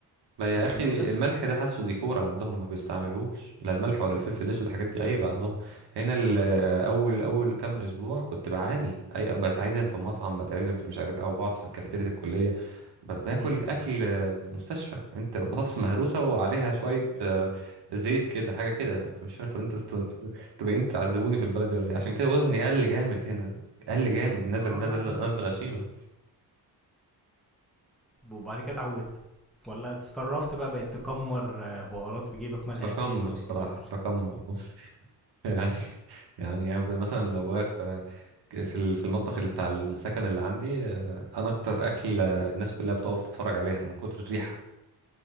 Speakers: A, on the right; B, in the centre.
A: ما
B: والكلام
A: يا اخي
B: ده
A: الملح ده حاسه ديكور عندهم ما بيستعملوش لا الملح ولا الفلفل الاسود الحاجات دي عيب عندهم هنا ال- اول اول كام اسبوع كنت بعاني اي بتعزم في مطعم بتعزم في مش عارف او بقعد في كافيتيريا الكليه ب- باكل
B: مم.
A: اكل آه، مستشفى انت بطاطس مهروسه وعليها شويه آه، زيت كده حاجه كده انت مش فاهم طب انتوا بت- انتوا جايين تعذبوني في البلد دي ولا ايه عشان كده وزني قل جامد هنا قل جامد نزل
B: اه
A: نزل نزل غشيمه
B: وبعد كده اتعودت ولا اتسترفت بقى بقت تكمر آه، بهارات في جيبك ملح
A: بكمر
B: في جيبك
A: الصراحه
B: وكده
A: بكمر يعني <laughs> يعني هب- مثلا لو واقف آه، في ال- في المطبخ اللي بتاع السكن اللي عندي آه، انا اكتر اكل آه، الناس كلها بتقف تتفرج عليها من كتر الريحه